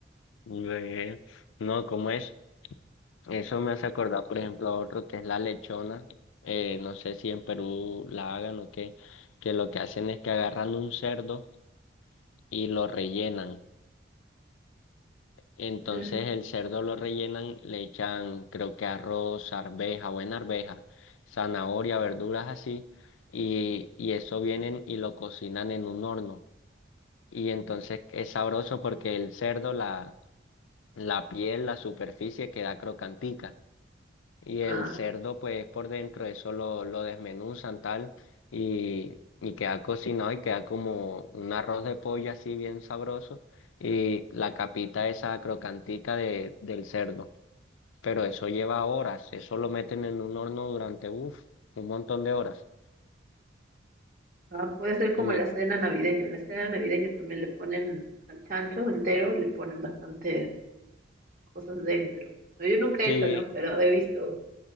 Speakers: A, on the left (about 85°); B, on the right (about 45°).
A: ve, No, ¿cómo es? Eso me hace acordar, por ejemplo, a otro que es la lechona. Eh, no sé si en Perú la hagan o qué, que lo que hacen es que agarran un cerdo y lo rellenan. Entonces
B: Mm.
A: el cerdo lo rellenan, le echan creo que arroz, arveja, buena arveja, zanahoria, verduras así, y, y eso vienen y lo cocinan en un horno. Y entonces es sabroso porque el cerdo, la, la piel, la superficie queda crocantica. Y
B: Ah,
A: el cerdo, pues por dentro, eso lo, lo desmenuzan tal y, y queda cocinado y queda como un arroz de pollo así bien sabroso y la capita esa crocantica de, del cerdo. Pero eso lleva horas, eso lo meten en un horno durante, uff, un montón de horas.
B: ah, puede ser como
A: Y
B: la cena navideña. En la cena navideña también le ponen al al chancho entero, le ponen bastantes cosas dentro. No, Yo nunca
A: sí,
B: he hecho, ¿no? Pero he visto